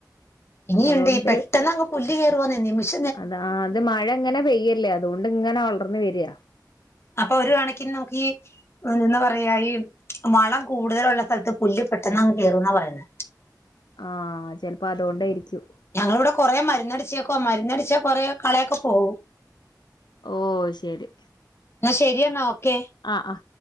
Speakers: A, on the left; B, on the left.
A: ഇനിയുണ്ട്
B: അതുകൊണ്ട്
A: ഈ പെട്ടെന്ന് അങ്ങ് പുല്ല് കയറുവാന്ന് നിമിഷ
B: അത് ആഹ് അത് മഴങ്ങനെ പെയ്യല്ലേ അതുകൊണ്ട് ഇങ്ങനെ വളർന്നു വരാ.
A: അപ്പൊ ഒരു കണക്കിന് നമുക്ക് ഈ എന്താ പറയാ ഈ വളം കൂടുതലുള്ള സ്ഥൽത്ത് പുല്ല് പെട്ടെന്ന്ങ് കേറുന്നാ പറയന്നേ.
B: ആഹ് ചെൽപ്പോ അതൊണ്ട് ആയിരിക്കും.
A: ഞങ്ങളിവിടെ കൊറേ മരുന്നടിച്ചേക്കോ മരുന്നടിച്ച കൊറേ കളയൊക്കെ പോവും.
B: ഓഹ് ശരി.
A: ന്നാ ശരിയെന്നാ ഓക്കെ.
B: ആഹ് അ.